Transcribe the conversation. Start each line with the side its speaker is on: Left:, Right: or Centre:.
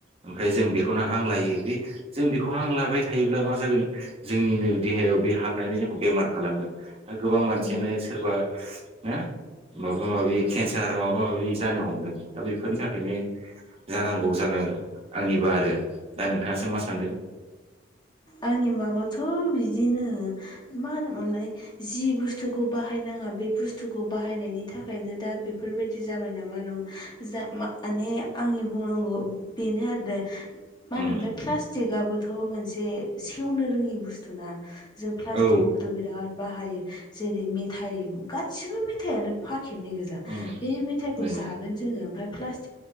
Right: ओमफ्राय जों बेखौनो हां लायो बे जों बेखौ हांलाबाय थायोब्ला मा जागोन जोंनिनो देहायाव बे हाबनानै जोंखौ बेमार खालामो दा गोबां मानसियानो
Left: औ
Right: सोरबा ना माबा माबि
Left: औ
Right: केन्सार माबा माबि जानो हमदों दा बेफोरनि थाखायनो जानांगौ जानो आंनिबा आरो दा नोंथाङासो मा सान्दों?
Left: आंनि बाबोथ' बिदिनो मा होनोमोनलाय जि बुस्थुखौ बाहायनाङा बे बुस्थुखौ बाहायनायनि थाखायनो दा बेफोरबायदि जाबाय नामा <unintelligible> जा माने आंनि बुंनांगौ बेनो आरो। मा होनोमोनलाय
Right: उम
Left: प्लास्टिकआबोथ' मोनसे सेवनो रोङि बुस्थु ना जों प्लास्टिकखौबोथ'
Right: औ
Left: बिराद बाहायो जेरै मेथाइ गासिबो मेथाइयानो <unintelligible> <unintelligible> गोजा
Right: उम
Left: बे मेथाइखौ
Right: नंगौ
Left: जागोन जोंङो ओमफ्राय प्लास्टिक